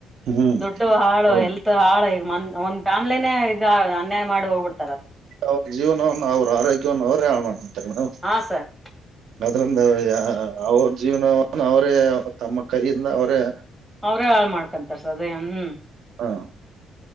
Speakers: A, on the right; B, in the centre.
A: ಹ್ಮ್
B: ದುಡ್ಡು ಹಾಳು
A: ಹೌದು
B: ಎಲ್ಲ್ ಹಾಳ್ ಈಗ ಮನ್ ಒಂದ್ ಫ್ಯಾಮ್ಲಿನೇ ಇದ ಅನ್ಯಾಯ ಮಾಡಿ ಹೋಗ್ಬುಡ್ತು.
A: ಅವ್ರ್ ಜೀವನವನ್ನು ಅವ್ರ್ ಆರೋಗ್ಯವನ್ನು ಅವ್ರೆ ಹಾಳ್ ಮಾಡ್ಕೊಂತಾರೆ ಮೇಡಮ್.
B: ಹಾ ಸರ್.
A: ಅದ್ರಿಂದ ಅವ್ರ್ ಜೀವನವನ್ನು ಅವರೇ ತಮ್ಮ ಕೈಯಿಂದ ಅವರೇ
B: ಅವ್ರೇ ಹಾಳ್ ಮಾಡ್ಕೊಂತರ್ ಸರ್ ಅದೇ ಹ್ಮ್.
A: ಹಾ.